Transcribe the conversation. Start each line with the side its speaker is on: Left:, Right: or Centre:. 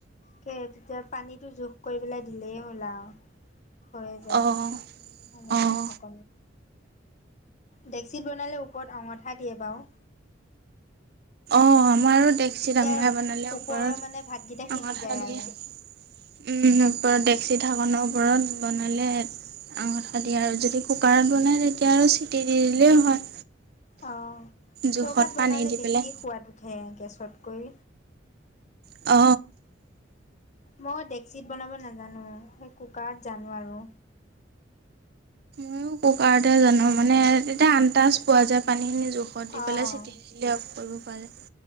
Left: কে তেতিয়া পানীটো জোখ কৰি পেলাই দিলেই হল আউ হৈ যায়,
Right: অঁ
Left: এনেকেই
Right: অঁ
Left: থাক ডেক্সিত বনালে ওপৰত অঙঠা দিয়ে বাৰু।
Right: অ আমাৰো দেক্সিত
Left: তেতিয়াই
Right: আমাৰ বনালে ওপৰত
Left: ওপৰৰ মানে ভাতকেইটা সিজি
Right: আঙঠা
Left: যায়
Right: দিয়ে।
Left: আৰু
Right: ওপৰত ডেক্সি ঢাকনৰ ওপৰত বনালে। আঙঠা দিয়ে আৰু যদি কুকাৰত বনায় তেতিয়া আৰু চিটি দি দিলেই হয়।
Left: অ
Right: জোখত
Left: চৌকাত
Right: পানী
Left: বনালে
Right: দি
Left: বেছি
Right: পেলাই
Left: সোৱাদ উঠে গেছতকৈ।
Right: অ
Left: মই ডেক্সিত বনাব নাজানো সেই কুকাৰত জানো আৰু।
Right: মইয়ো কুকাৰতে জানো মানে তেতিয়া আন্তাজ পোৱা যায় পানীখিনি জোখত দি
Left: অঁ
Right: পেলাই চিটি দিলে অফ কৰিব পাৰে